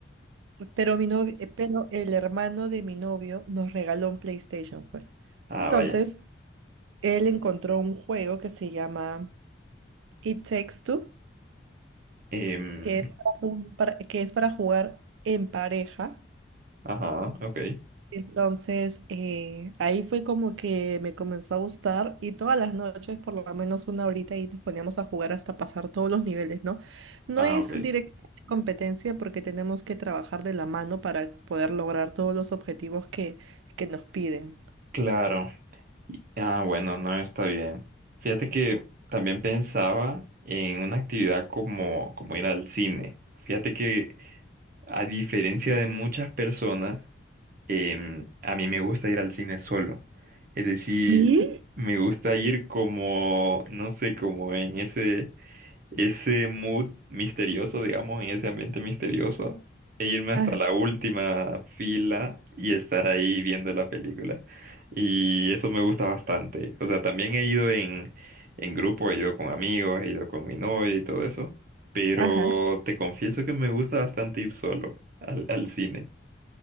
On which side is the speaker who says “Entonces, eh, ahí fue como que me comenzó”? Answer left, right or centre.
Right